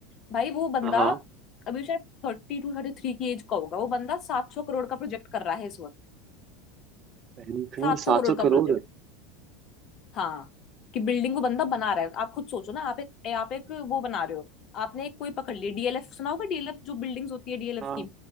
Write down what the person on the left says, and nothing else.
भाई वो बंदा
अभी शायद थर्टी टू थर्टी थ्री की एज का होगा वो बंदा सात सौ करोड़ का प्रोजेक्ट कर रहा है इस वक्त
सात
सौ करोड़
का
प्रोजेक्ट हाँ कि बिल्डिंग को बंदा बना रहा है आप खुद सोचो ना आप एक आप एक वो बना रहे हो आपने एक कोई पकड़ लिया डीएलएफ सुना होगा डीएलएफ जो बिल्डिंग्स होती है डीएलएफ
की